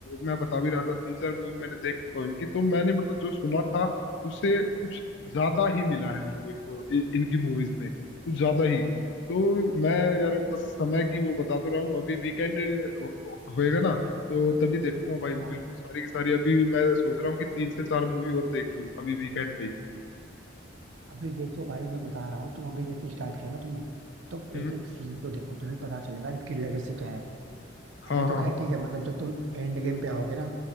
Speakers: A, on the left; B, on the right.
A: मैं बता भी रहा था तीन चार मूवी मैंने देख चुका हूँ इनकी तो मैंने मतलब जो सुना था उससे कुछ ज्यादा ही मिला है मेरे को इनको इ, इनकी मूवीज में कुछ ज्यादा ही तो मैं यार बस समय की वो बता तो रहा हूँ अभी वीकेंड हो, हो- होएगा ना तो तभी देखूंगा भाई
B: हाँ
A: बिल्कुल सारी की सारी अभी मैं सोच रहा हूँ कि तीन से चार मूवी और देख लूँ अभी वीकेंड पे ही
B: अभी देखो भाई मैं बता रहा हूँ तुम अभी जैसे स्टार्ट किया ना तुमने तो
A: हम्म
B: एक एक सीन को देखो तुम्हें पता चलेगा इसकी लेगेसी क्या है
A: हाँ
B: अभी तो
A: हाँ
B: खैर
A: हाँ
B: ठीक है मतलब जब तुम एंड गेम पे आओगे ना